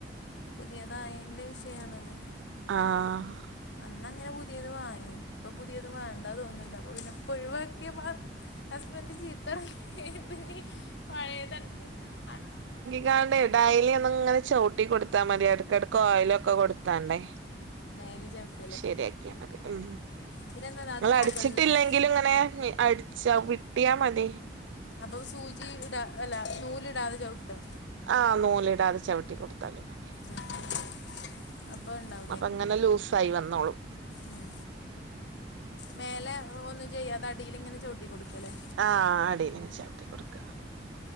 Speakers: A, on the left; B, on the right.
A: പുതിയതായേന്റെ വിഷയാണത്.
B: ആഹ്
A: അന്നങ്ങനെ പുതിയത് വാങ്ങി. ഇപ്പൊ പുതിയത് വേണ്ടാ തോന്ന്ണ്ട് അപ്പൊ പിന്നെ ഇപ്പോഴിവാക്കിയ മാ ഹസ്ബൻഡ് ചീത്തറയില്ലേ? ഇനിപ്പിന്നി പഴേതെട്ത്ത് അനക്
B: യാണ്ടേ ഡെയിലി ഒന്നുങ്ങനെ ചവുട്ടി കൊടുത്താ മതി. എടക്കെടക്കോയിലൊക്ക കൊടുത്താണ്ടേ
A: ഡെയിലി ചെലപ്
B: ശരിയാക്കിയാ മതി. ഉം
A: പിന്നെന്താന്നാ
B: നിങ്ങളടിച്ചിട്ടില്ലെങ്കിലിങ്ങനേ
A: അത് മുകളിലാണ്
B: ഇനി അടിച്ചാ വിട് ട്ടിയാ മതി.
A: അപ്പൊ സൂചി ഇടാ അല്ല നൂലിടാതെ ചവിട്ട് ആ
B: ആഹ് നൂലിടാതെ ചവിട്ടി കൊടുത്താലും മതി.
A: ആഹ് അപ്പ ഇണ്ടാവു
B: അപ്പങ്ങനെ ലൂസായി വന്നോളും.
A: ഉം മേലെ ഒന്നും ചെയ്യാതെ അടീലിങ്ങനെ ചവുട്ടി കൊടുക്കാല്ലേ?
B: ആഹ് അടീലിങ്ങനെ ചവിട്ടി കൊടുക്ക്അ